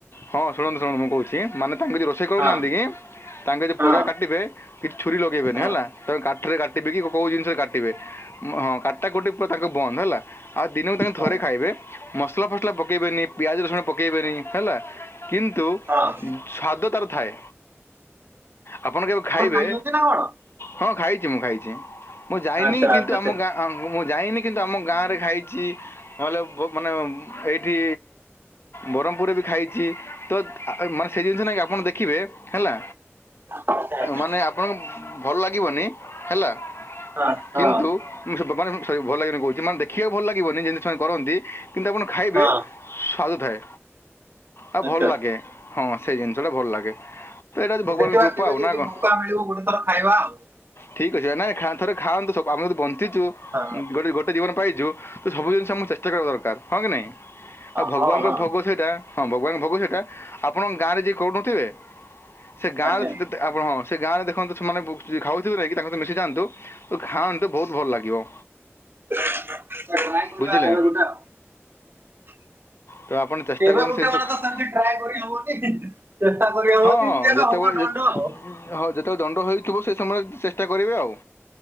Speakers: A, on the left (about 55°); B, on the right (about 50°).
A: ହଁ ଶୁଣନ୍ତୁ ଶୁଣ ମୁଁ କହୁଛି, ମାନେ ତାଙ୍କେ ଯିଏ ରୋଷେଇ କରୁନାହାନ୍ତି
B: ହଁ
A: କି, ତାଙ୍କେ ଯେ
B: ହଁ
A: ପରିବା କାଟିବେ କିନ୍ତୁ ଛୁରୀ ଲଗେଇବେନି
B: ହଁ
A: ହେଲା, ତ କାଠିିରେ କାଟିବେ କି କ-କୋଉ ଜିନିଷରେ କାଟିବେ। ହଁ କାଟା କୋଟି ପୁରା ତାଙ୍କ ବନ୍ଦ ହେଲା। ଆଉ ଦିନକୁ ତାଙ୍କ
B: ହଁ
A: ଥରେ ଖାଇବେ। ମସଲା ଫସଲା ପକେଇବେନି, ପିଆଜ ରସୁଣ ପକେଇବେନି ହେଲା। କିନ୍ତୁ
B: ହଁ
A: ସ୍ୱାଦ ତାର ଥାଏ। ଆପଣ କେବେ ଖାଇବେ?
B: ଖାଇଛନ୍ତି ନା କଣ
A: ହଁ ଖାଇଚି ମୁଁ ଖାଇଚି। ମୁଁ ଯାଇନି
B: ଆଚ୍ଛା
A: କିନ୍ତୁ
B: ଆଚ୍ଛା
A: ଆମ
B: ସେ-
A: ଗାଁ ହଁ ମୁଁ ଯାଇନି କିନ୍ତୁ ଆମ ଗାଁରେ ଖାଇଚି। ନହେଲେ ବ-ମାନେ ଏଇଠି ବରହ୍ମପୁରରେ ବି ଖାଇ ଚି ତ ଆ-ଆ-ମାନେ ସେ ଜିନିଷ ନାହିଁକି ଆପଣ ଦେଖିବେ ହେଲା।
B: ଆଚ୍ଛା ଆଚ୍ଛା ଆଚ୍ଛା।
A: ମାନେ ଆପଣଙ୍କୁ ଭଲ ଲାଗିବନି ହେଲା।
B: ହଁ ହଁ
A: କିନ୍ତୁ ସେ ବ ଭଲ ସରି ଭଲ ଲାଗିବନି କହୁଛି, ମାନେ ଦେଖିବାକୁ ଭଲ ଲାଗିବନି ଯେନ୍ତି ସେମାନେ କରନ୍ତି କିନ୍ତୁ ଆପଣ ଖାଇବେ,
B: ହଁ
A: ସ୍ୱାଦ ଥାଏ। ଆଉ
B: ଆଚ୍ଛା
A: ଭଲ ଲାଗେ, ହଁ ସେଇ ଜିନିଷଟା ଭଲ ଲାଗେ। ତ ଏଇଟା ହେଉଛି ଭଗବାନଙ୍କ
B: ଦେଖିବା
A: କୃପା
B: କେବେ
A: ଆଉ
B: ଯଦି
A: ନା କ'ଣ
B: ମଉକା ମିଳିବ ଗୋଟେ ଥର ଖାଇବା ଆଉ।
A: ଠିକ୍ ଅଛି କାଇଁ ନା ଖା ଥରେ ଖାଆନ୍ତୁ ସବୁ, ଆମେ ଯଦି ବଞ୍ଚିଛୁ
B: ହଁ
A: ଗୋଟେ ଗୋଟେ ଗୋଟେ ଜୀବନ ପାଇଚୁ, ତ ସବୁ ଜିନିଷ ଆମକୁ ଚେଷ୍ଟା କରିବା ଦରକାର। ହଁ କି ନାଇଁ? ଆଉ ଭଗବାନଙ୍କ
B: ହଁ ହଁ ହଁ
A: ଭୋଗ ସେଇଟା ହଁ ଭଗବାନଙ୍କ ଭୋଗ ସେଟା। ଆପଣଙ୍କ ଗାଁରେ ଯିଏ କହୁନଥିବେ? ସେ ଗାଁରେ
B: ଆଜ୍ଞା
A: ସେତେ ଆପଣ ହଁ ସେ ଗାଁରେ ଦେଖନ୍ତୁ ସେମାନେ <unintelligible> ଖାଉଥିବେ ନାହିଁ କି ତାଙ୍କ ସହିତ ମିଶିଯାଆନ୍ତୁ ତ ଖାଆନ୍ତୁ ବହୁତ ଭଲ ଲାଗିବ।
B: ତ ଟ୍ରାଏ କରିବା
A: ବୁଝିଲେ
B: କେବେ ଗୋଟେ ଆଉ।
A: ତ ଆପଣ ଚଷ୍ଟା
B: ଏବେ
A: କରନ୍ତୁ
B: ଗୋଟେ
A: ସେ ଜିନିଷ
B: <unintelligible>
A: ଖା-
B: ତ ସେମିତି ଟ୍ରାଏ କରିହବନି, ଚେଷ୍ଟା କରିହବନି,
A: ହଁ ହଁ
B: ସିଏ ଏବେ
A: ଯେତେବେଳେ
B: ହବ ଦଣ୍ଡ
A: ଯେ-
B: ଆଉ।
A: ହଁ ଯେତେବେଳେ ଦଣ୍ଡ ହେଉଥିବ ସେ ସମୟରେ ଚେଷ୍ଟା କରିବେ ଆଉ।